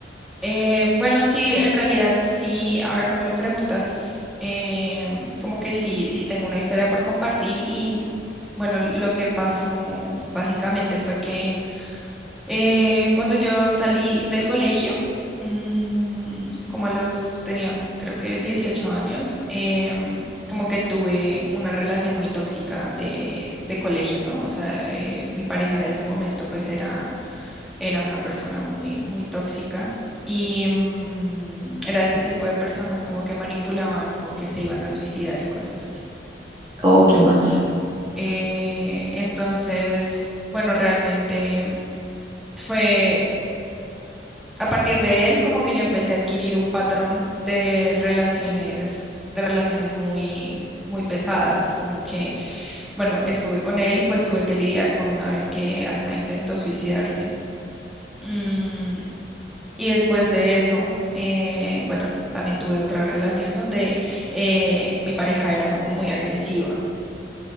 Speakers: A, in the centre; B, on the right.
A: Eh, bueno, sí, en realidad sí, ahora que me lo preguntas, eh, como que sí, sí tengo una historia por compartir y bueno, lo que pasó básicamente fue que... Eh, cuando yo salí del colegio, mm, como a los, tenía creo que 18 años, em, como que tuve una relación muy tóxica de, de colegio, ¿no? O sea, eh, mi pareja de ese momento pues era, era una persona muy, muy tóxica. Y mm, era este tipo de personas como que manipulaban con que se iban a suicidar y cosas así.
B: Oh, qué mal.
A: Eh, entonces, bueno, realmente fue. a partir de él, como que yo empecé a adquirir un patrón de relaciones, de relaciones muy, muy pesadas. Como que, bueno, estuve con él y pues tuve que lidiar con una vez que hasta intentó suicidarse. Mm, y después de eso, eh, bueno, también tuve otra relación donde eh, mi pareja era como muy agresiva.